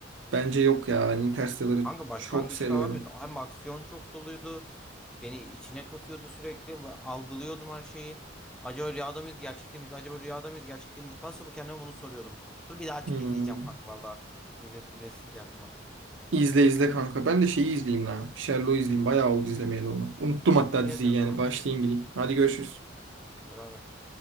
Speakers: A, on the right (about 75°); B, in the centre.
A: Bence yok ya. Ben Interstellar'ı
B: Kanka başlangıçta
A: çok seviyorum.
B: abi hem aksiyon çok doluydu. Beni içine katıyordu sürekli ve algılıyordum her şeyi. Acaba rüyada mıyız gerçekte miyiz? Acaba rüyada mıyız gerçekte miyiz? Pasapı kendime bunu soruyordum. Dur bir daha açıp
A: Hmm.
B: izleyeceğim kanka valla. İzlettiresin geldim bana.
A: İzle izle kanka. Ben de şeyi izleyeyim la. Sherlock'u izleyeyim. Bayağı oldu izlemeyeli onu. Unuttum hatta
B: İyi
A: diziyi
B: hadi o
A: yani.
B: zaman.
A: Başlayayım gideyim. Hadi görüşürüz.
B: Hadi bay bay.